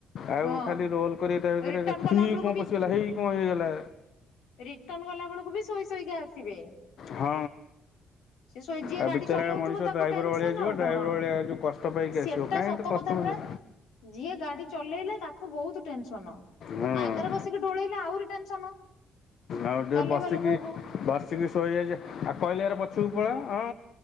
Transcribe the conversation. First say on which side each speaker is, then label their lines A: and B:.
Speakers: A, on the left; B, on the left.
A: ଆଉ
B: ହଁ
A: ଖାଲି ରୋଲ କରିବେ ତା ଭିତରେ
B: ରିଟର୍ଣ
A: ହେଇ
B: କଲା ବେଳକୁ
A: କଣ ପଶିଗଲା, ହେଇ କଣ ହେଇଗଲା।
B: ରିଟର୍ନ ଗଲା ବେଳକୁ ବି ଶୋଇ ଶୋଇକା ଆସିବେ।
A: ହଁ।
B: ସେ ଶୋଇ ଯିଏ
A: ଆଉ
B: ଗାଡି
A: ବିଚାର
B: ଚଲଉଥିବ
A: ମଣିଷ
B: ତାକୁ
A: ଡ୍ରାଇଭର
B: ଟେନସନ
A: ଭଳିଆ ଯିବ
B: ଆଉ କଣ
A: ଡ୍ରାଇଭର ଭଳିଆ ଯୋଉ କଷ୍ଟ ପାଇକି
B: ସେଟା
A: ଆସିବ। କାହିଁ
B: ସତ
A: ଏତେ କଷ୍ଟ
B: କଥା ପରା।
A: କରିବ?
B: ଯିଏ ଗାଡି ଚଲେଇଲା ତାକୁ ବହୁତ ଟେନସନ,
A: ହଁ
B: ଆଗରେ ବସିକି ଢୋଳେଇଲେ ଆହୁରି ଟେନସନ।
A: ଆଉ ଟିକେ
B: ଚଲେଇବେ
A: ବସିକି
B: ଲୋକକୁ
A: ବସିକି ଶୋଇଯାଇଛି, ଆଉ କହିଲରେ ପଛୁକୁ ପଳାଅ ହଁ